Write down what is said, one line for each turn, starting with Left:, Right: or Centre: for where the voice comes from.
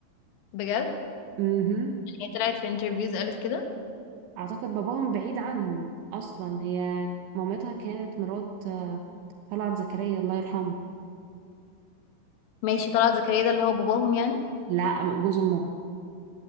Left: بجد
Right: مهم.
Left: هي طلعت في انترفيوز قالت كده
Right: اعتقد باباهم بعيد عنهم اصلا هي مامتها كانت مرات آه، طلعت زكريا الله يرحمه
Left: ماشي طلعت زكريا ده اللي هو باباهم يعني
Right: لا جوز امها